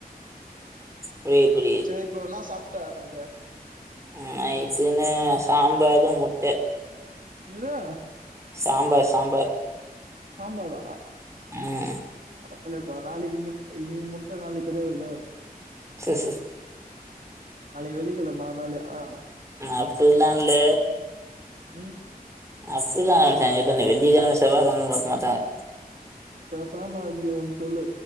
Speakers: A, on the right; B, on the right.
A: புரியுது புரியுது
B: செரி ப்ரோ என்ன சாப் ட்ட நைட்டு
A: ம் நைட்டுனு சாம்பாரு முட்ட
B: ரோ
A: சாம்பார் சாம்பார்
B: ஆமாவ
A: ம்
B: அதலப்பா நாளைக்கு முட்ட இன்னிக்கு முட்ட நாளைக்கு கிடையாதுல்ல
A: சர் சர்
B: நாளைக்கு வெள்ளிக்கிழமே அதனால ஆ
A: அப்பில்லால்ல
B: ம்
A: அப்டிதா வெள்ளிக்கிழம செவ்வகிழம பாக்க மாட்டாங்க
B: பேசாம இப்டி ஒன்னு சொல்லு